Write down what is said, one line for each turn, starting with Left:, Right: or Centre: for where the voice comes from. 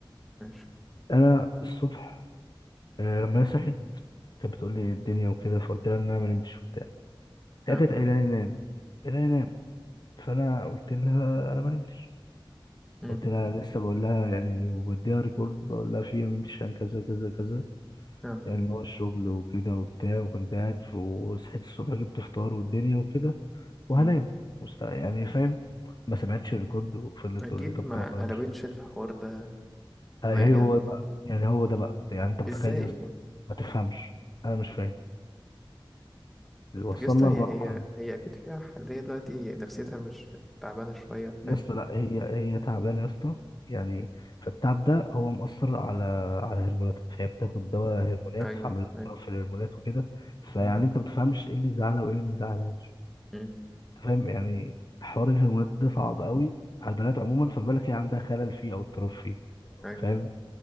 Centre: ماشي
Left: انا الصبح آه لما هي صحت كانت بتقول لي الدنيا وكده فقلت لها ان انا ما نمتش وبتاع هي
Centre: اه
Left: كانت قايله لي نام قايله لي نام فانا قلت لها انا ما نمتش
Centre: امم
Left: قلت لها لسه بقول لها يعني وديها ريكورد بقول لها فيه ما نمتش عشان كذا كذا كذا
Centre: اه
Left: يعني اللي هو الشغل وكده وبتاع وكنت قاعد وصحيت الصبح جبت فطار والدنيا وكده وهنام
Centre: امم
Left: مست- يعني فاهم ما سمعتش الريكورد وفضلت
Centre: اكيد
Left: تقول لي طب
Centre: ما
Left: خلاص انا
Centre: قلبتش
Left: مش
Centre: الحوار ده خناق
Left: ايه
Centre: يعني
Left: هو بقى يعني هو ده بقى يعني انت متخيل
Centre: ازاي
Left: يا اسطى ما تفهمش انا مش فاهم وصلنا
Centre: طب يا اسطى هي
Left: لمرحله
Centre: هي
Left: دي.
Centre: هي اكيد فيها حل هي دلوقتي نفسيتها مش تعبانه شويه فاهم
Left: يا اسطى لا هي هي تعبانه يا اسطى يعني فالتعب ده هو مأثر على على هرموناتها فهي بتاخد دواء هرمونات
Centre: ايوه
Left: فعمل لها اضطراب
Centre: ايوه
Left: في الهرمونات وكده فيعني
Centre: مم.
Left: انت ما بتفهمش ايه اللي يزعلها وايه اللي ما يزعلهاش
Centre: مم.
Left: فاهم يعني حوار الهرمونات ده صعب قوي على البنات عموما فما بالك هي عندها خلل فيه او اضطراب فيه
Centre: ايوه
Left: فاهم